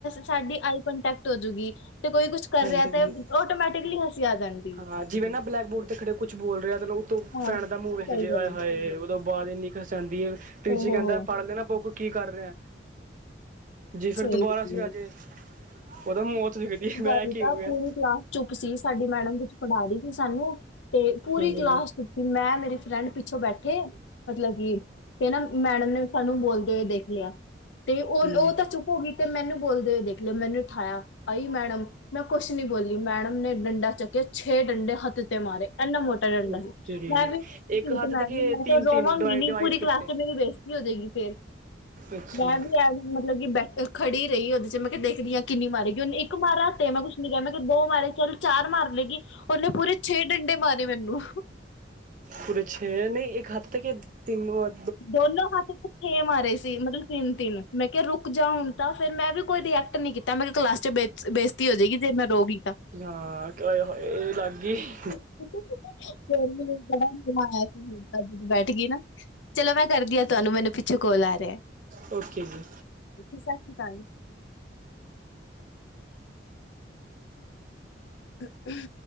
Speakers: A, on the left; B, on the right.
A: ਸਾਡੀ ਆਈ ਕੋਂਟੈਕਟ ਹੋਜੂਗੀ, ਤੇ ਕੋਈ ਕੁਛ ਕਰ
B: ਹਾਂਜੀ
A: ਰਿਹਾ
B: ਹਾਂਜੀ
A: ਤੇ ਆਟੋਮੈਟਿਕ ਪਿੱਗਲੀ ਹਸੀਂ ਆਜਾਂਗੀ।
B: ਹਾਂ ਜਿਵੇਂ ਨਾ ਬਲੈਕਬੋਰਡ ਤੇ ਖੜੇ ਕੁਛ ਬੋਲ ਰਿਹਾ, ਉਤੋਂ
A: ਹਾਂ
B: ਫੈਣ ਦਾ ਮੂਹ
A: ਸਹੀ
B: ਵਿਖ ਜਾਯੇ,
A: ਗੱਲ
B: ਆਏ ਹਾਏ।
A: ਹੈ
B: ਤੋਂ ਬਾਅਦ ਇੰਨੀ ਹਸਾਂਦੀ ਹੈ, ਤੀਜੀ
A: ਉਹ ਹੋ
B: ਕਹਿੰਦਾ
A: ਹੋ
B: ਪੜ੍ਹ ਲੈ ਨਾ ਪੂਕ ਕੀ ਕਰ ਰਿਹਾ। ਜੀ ਫਿਰ
A: ਸਹੀ
B: ਦੁਬਾਰਾ
A: ਗੱਲ
B: ਸੀ ਆਜੇ,
A: ਹੈ
B: ਉਹਦੋਂ ਮੌਤ ਦਿਖਦੀ,
A: ਇਸ
B: ਮੈਂ
A: ਵਾਰੀ
B: ਏਹ ਕੀ
A: ਤਾਂ
B: ਹੋ ਗਿਆ।
A: ਪੂਰੀ ਕਲਾਸ ਚੁੱਪ ਸੀ, ਸਾਡੀ ਮੈਡਮ ਕੁਝ ਪੜ੍ਹਾ ਰਹੀ ਸੀ ਸਾਨੂੰ, ਤੇ ਪੂਰੀ
B: ਹਾਂਜੀ
A: ਕਲਾਸ
B: ਹਾਂਜੀ।
A: ਚੁੱਪ ਮੈਂ, ਮੇਰੀ ਫਰੈਂਡ ਪਿੱਛੋਂ ਬੈਠੇ, ਮਤਲਬ ਕਿ ਤੇ ਨਾ ਮੈਡਮ ਨੇ, ਸਾਨੂੰ ਬੋਲਦੇ ਹੋਏ ਦੇਖ ਲਿਆ। ਤੇ ਉਹ-ਉਹ
B: ਹਾਂਜੀ।
A: ਤਾਂ ਚੁੱਪ ਹੋ ਗਈ, ਤੇ ਮੈਨੂੰ ਬੋਲਦੇ, ਹੋਏ ਦੇਖ ਲਿਯਾ, ਮੈਨੂੰ ਉਠਾਇਆ ਆਈ ਮੈਡਮ ਮੈਂ ਕੁਛ ਨੀ ਬੋਲੀ, ਮੈਡਮ ਨੇ ਡੰਡਾ ਚੱਕਿਆ ਛੇ ਡੰਡੇ ਹੱਥ ਤੇ ਮਾਰੇ। ਇੰਨਾ ਮੋਟਾ ਡੰਡਾ
B: ਉਹ
A: ਸੀ,
B: ਤੇਰੀ
A: ਮੈਂ ਵੀ ਢੀਠ,
B: ਇੱਕ ਹੱਥ
A: ਮੈਂ
B: ਤੇ ਕੇ ਤਿੰਨ
A: ਕਿਹਾ ਰੋਵਾਂਗੀ
B: ਤਿੰਨ ਡਿਵਾਈਡ
A: ਨੀ
B: ਡਿਵਾਈਡ
A: ਪੂਰੀ
B: ਕੀਤੇ।
A: ਕਲਾਸ ਚ ਮੇਰੀ ਬੇਇੱਜ਼ਤੀ ਕੀ ਹੋਜੇਗੀ ਫੇਰ।
B: ਅੱਛਾ
A: ਮੈਂ ਵੀ, ਇਹ ਮਤਲੱਬ ਕੀ ਬੈਠ-ਖੜੀ ਰਹੀ, ਉਹਦੈ ਚ ਮੈਂ ਕਿਹਾ, ਦੇਖਦੀ ਹਾਂ ਕਿੰਨੀ ਮਾਰੇਗੀ, ਉਹਨੇ ਇੱਕ ਇੱਕ ਮਾਰਿਆ ਤੇ ਮੈਂ ਕੁਝ ਨਹੀਂ ਕਿਹਾ, ਮੈਂ ਕਿਹਾ, ਦੋ ਮਾਰੇ ਚੱਲ ਚਾਰ ਵੀ ਮਾਰ ਲੇਗੀ। ਉਹਨੇ ਪੂਰੇ ਛੇ, ਡੰਡੇ ਮਾਰੇ ਮੈਨੂੰ।
B: ਪੁਰੇ ਛੇ ਨਹੀਂ ਇੱਕ ਹੱਥ ਤੇ ਕੇ ਤਿੰਨ ਵਾਰ
A: ਦੋਨੋ ਹੱਥ ਤੇ ਛੇ ਮਾਰੇ ਸੀ, ਮਤਲਬ ਤਿੰਨ-ਤਿੰਨ, ਮੈਂ ਕਿਹਾ ਰੁਕ ਜਾ ਹੁਣ ਤਾਂ, ਫਿਰ ਮੈਂ ਵੀ ਕੋਈ ਰਿਐਕਟ ਨਹੀ ਕੀਤਾ, ਮੈਂ ਕਿਹਾ ਕਲਾਸ ਚ ਬੇਇੱਜ਼ਤੀ ਬੇਸਤੀ ਹੋ ਜਾਏਗੀ ਜੇ ਮੈਂ ਰੋ ਗਈ ਤਾਂ।
B: ਹਾਂ, ਓਏ-ਹੋਏ ਲੱਗ ਗਈ।
A: <unintelligible> ਬੈਠ ਗੀ ਨਾ। ਚਲੋ ਮੈਂ ਕਰਦੀ ਹਾਂ, ਤੁਹਾਨੂੰ ਮੈਨੂੰ ਪਿੱਛੋ ਕੋਲ ਆ ਰਿਹਾ।
B: ਓਕੇ ਜੀ।
A: ਓਕੇ, ਸਤਿ ਸੀ਼੍ ਅਕਾਲ। ਹਮਮ